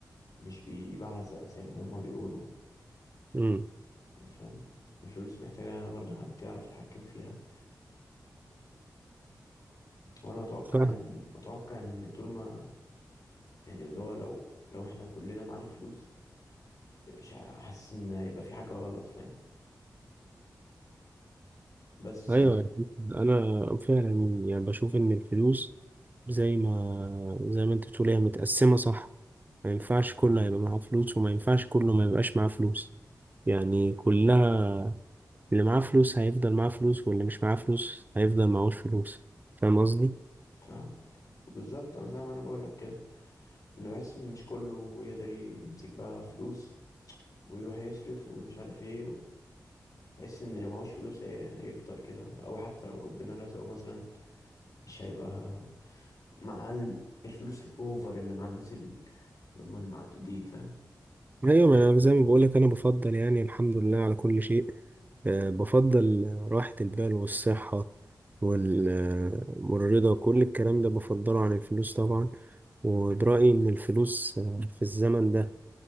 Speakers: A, on the left; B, on the right.
A: مش بيبعزق زي ما هم بيقولوا
B: امم
A: يعني فاهم الفلوس محتاجة برضه حد يعرف يتحكم فيها وانا اتوقع
B: فاهم
A: ان اتوقع ان طول ما يعني اللي هو لو لو احنا كلنا معانا فلوس مش حاسس ان هيبقى في حاجة غلط فاهم بس
B: ايوه
A: يعني
B: انا فعلا يعني بشوف ان الفلوس زي ما زي ما انت بتقول هي متقسمه صح ما ينفعش كله هيبقى معاه فلوس وما ينفعش كله ما يبقاش معاه فلوس يعني كلها اللي معاه فلوس هيفضل معاه فلوس واللي مش معاه فلوس هيفضل معهوش فلوس فاهم قصدي
A: فاهم بالظبط أنا زي ما انا بقول لك كده انه بحس ان مش كله يقدر يمسك بقى فلوس ويروح يصرف ومش عارف ايه بحس ان اللي معهوش فلوس هي- هيفضل كده او حتى لو ربنا رزقه مثلا مش هيبقى مع ال- الفلوس الاوفر اللي مع الناس ال- اللي هم المعدودين فاهم
B: ايوه ما أنا زي ما بقول لك انا بفضل يعني الحمد لله على كل شيء آه، بفضل راحة البال والصحة وال- آه، والرضا وكل الكلام ده بفضله عن الفلوس طبعا وبرأيي ان الفلوس آه، في الزمن ده